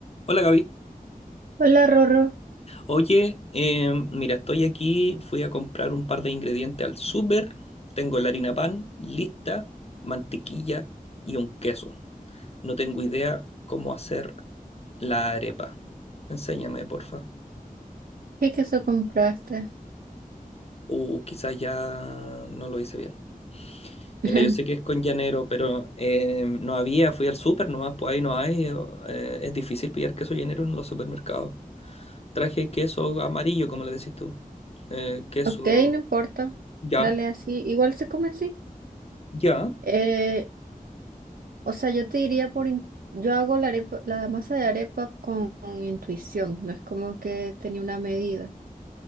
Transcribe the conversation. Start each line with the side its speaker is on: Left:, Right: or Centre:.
Left: Hola Gaby.
Right: Hola Rorro,
Left: Oye, eh, mira, estoy aquí, fui a comprar un par de ingredientes al súper, tengo la harina pan lista, mantequilla y un queso. No tengo idea cómo hacer la arepa. Enséñame, porfa.
Right: ¿qué queso compraste?
Left: O quizás ya no lo hice bien. Mira,
Right: <laughs>
Left: yo sé que es con llanero, pero eh, no había, fui al súper nomás, pues ahí no hay. eh, es difícil pillar queso llanero en los supermercados. Traje queso amarillo, como le decís tú. Eh, queso...
Right: Ok, no importa,
Left: Ya.
Right: dale así, igual se come así.
Left: Ya,
Right: Eh, o sea, yo te diría por, in- yo hago la arepa, la masa de arepa con, intuición, no es como que tenía una medida,